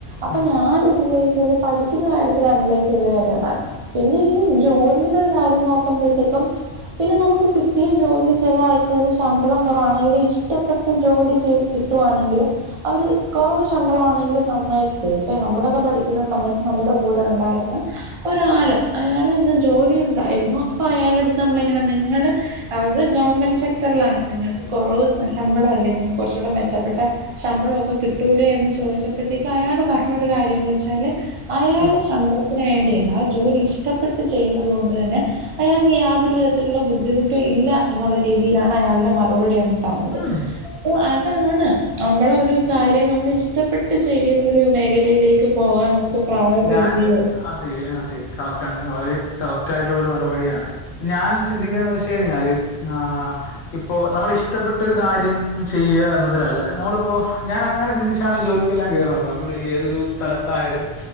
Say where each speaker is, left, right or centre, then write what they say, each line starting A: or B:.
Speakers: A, on the right; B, on the left.
A: അപ്പൊ
B: ഉം,
A: ഞാന് <unintelligible> - ക്കുന്ന കാര്യത്തിൽ അനലൈസ് ചെയ്ത ഒരു കാര്യവതാണ് പിന്നെ ഈ ജോലിയുടൊരു കാര്യം നോക്കുമ്പഴത്തേക്കും- പിന്നെ നമുക്ക് കിട്ടിയ ജോലി ചെലാൾക്കാര് ശമ്പളം കൊറവാണ് ഇത് ഇഷ്ടപ്പെട്ട ജോലി ചെയ് കിട്ടുവാണെങ്കില് അവര് കുറവു ശമ്പളം ആണെങ്കിലും നന്നായിട്ട് അപ്പ നമ്മളൊക്കെ പഠിക്കുന്ന സമയത്ത് നമ്മുടെ കൂടെ ഉണ്ടായിരുന്ന ഒരാള് അയാള്ന്ന് ജോലി ഉണ്ടായിരുന്നു അപ്പൊ അയാളടുത്ത് നമ്മളിങ്ങനെ നിങ്ങള് അത് ഗവൺമെന്റ് സെക്ടറിലാണ് നിങ്ങൾക്ക് കൊറവ് ശമ്പളവല്ലേ നിങ്ക് കൊറച്ചൂടെ മെച്ചപ്പെട്ട ശമ്പളോക്കെ കിട്ടൂലേ എന്ന് ചോദിച്ചപ്പോഴത്തേക്ക് അയാള് പറഞ്ഞൊരു കാര്യംന്ന് വെച്ചാല് അയാള്
B: ഉം,
A: ശമ്പളത്തിന് വേണ്ടിയല്ല ആ ജോലി ഇഷ്ടപ്പെട്ട് ചെയ്യുന്നത് കൊണ്ട് തന്നെ അയാൾക്ക് യാതൊരു വിധത്തിലുള്ള ബുദ്ധിമുട്ടും ഇല്ല എന്നൊള്ള രീതിയിലാണ് അയാൾടെ മറുപടി. തന്നത്
B: ഉം.
A: അപ്പോ അതാണ് നമ്മള് ഒരു കാര്യം നമ്മളിഷ്ടപ്പെട്ട് ചെയ്യുന്നൊരു മേഖലയിലേക്ക് പോകാൻ നമുക്ക് പ്രായപരിധി
B: ഞാൻ അതെ അതെ കറക്റ്റ് ആണ് വളരെ കറക്റ്റ് ആയിട്ടുള്ളോരു മറുപടിയാണ്. ഞാൻ ചിന്തിക്കേന്ന് വെച്ച് കഴിഞ്ഞാല് ആഹ് ഇപ്പോ നമ്മള് ഇഷ്ടപ്പെട്ടൊ ഒരു കാര്യം ചെയ്യുക എന്നതിലല്ല നമ്മളിപ്പോ ഞാൻ അങ്ങനെ ചിന്തിച്ചു ട്ടാണ് ജോലിക്കെല്ലാം കേറുന്നത് നമ്മള് ഏതൊരു സ്ഥലത്തായാലും